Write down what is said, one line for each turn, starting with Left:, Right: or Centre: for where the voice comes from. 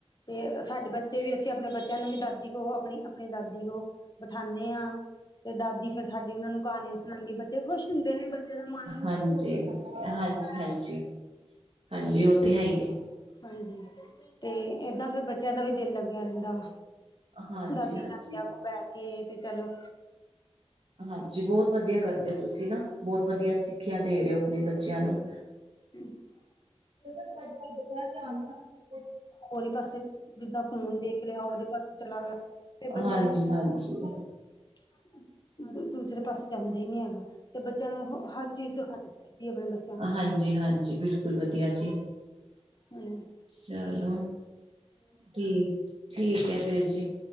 Left: ਤੇ ਸਾਡੇ ਬੱਚੇ ਵੀ ਅਸੀਂ ਆਪਣੇ ਬੱਚਿਆਂ ਨੂੰ ਵੀ ਦਾਦੀ ਕੋ ਆਪਣੀ ਆਪਣੀ ਦਾਦੀ ਉ ਬਠਾਨੇ ਆਂ ਤੇ ਦਾਦੀ ਫੇਰ ਸਾਡੀ ਉਹਨਾਂ ਨੂੰ ਕਹਾਣੀਆਂ ਸੁਣਾਉਂਦੀ ਬੱਚੇ ਖੁਸ਼ ਹੁੰਦੇ ਨੇ ਬੱਚੇ ਦਾ ਮਨ
Right: ਹਾਂਜੀ ਹਾਂਜੀ ਹਾਂਜੀ ਹਾਂਜੀ ਉਹ ਤੇ ਹੈ ਈ ਐ
Left: ਹਾਂਜੀ ਤੇ ਏਦਾਂ ਫੇਰ ਬੱਚਿਆਂ ਦਾ ਵੀ ਦਿਲ ਲੱਗਿਆ ਰਹਿੰਦਾ ਵਾ
Right: ਹਾਂਜੀ
Left: ਦਾਦੀ
Right: ਹਾਂਜੀ
Left: ਨਾਕਿਆਂ ਕੋੋ ਬਹਿ ਕੇ ਤੇ ਚਲੋ
Right: ਹਾਂਜੀ ਬਹੁਤ ਵਧੀਆ ਕਰਦੇ ਓ ਤੁਸੀਂ ਨਾ ਬਹੁਤ ਵਧੀਆ ਸਿੱਖਿਆ ਦੇ ਰਹੇ ਓ ਆਪਣੇ ਬੱਚਿਆਂ ਨੂੰ
Left: ਹੂ ਆ
Right: ਜਦੋ ਕੋਈ ਅੱਜਕਲ ਬੱਚਿਆਂ ਦਾ ਧਿਆਨ ਨਾਲ ਦੇ
Left: ਹੋਰ ਈ ਪਾਸੇ ਜਿੱਦਾਂ ਫੋਨ ਦੇਖ ਲਿਆ ਉਹਦੇ ਪਾਸੇ ਚਲਾ ਗਿਆ ਫਿਰ ਬੱਚਿਆਂ
Right: ਹਾਂਜੀ
Left: ਦਾ ਧਿ
Right: ਹਾਂਜੀ
Left: ਦੂ ਦੂਸਰੇ ਪਾਸੇ ਜਾਂਦਾ ਈ ਨਹੀਂ ਹੈਗਾ ਤੇ ਬੱਚਿਆਂ ਨੂੰ ਹਰ ਚੀਜ਼ ਸਿਖਾਉ ਕੀ ਬਣੇ ਏ ਦਾ
Right: ਹਾਂਜੀ ਹਾਂਜੀ ਬਿਲਕੁਲ ਵਧੀਆ ਜੀ
Left: ਹੂ
Right: ਚਲੋ ਠੀਕ ਠੀਕ ਐ ਫੇਰ ਜੀ